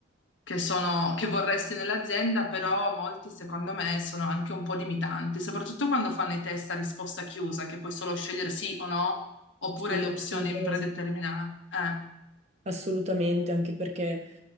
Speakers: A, on the left; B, on the right.
A: che sono, che vorresti nell'azienda, però molti secondo me sono anche un po' limitanti, soprattutto quando fanno i test a risposta chiusa, che puoi solo scegliere sì o no, oppure
B: Sì,
A: le opzioni
B: assolutamente.
A: predeterminate. Eh,
B: Assolutamente, anche perché,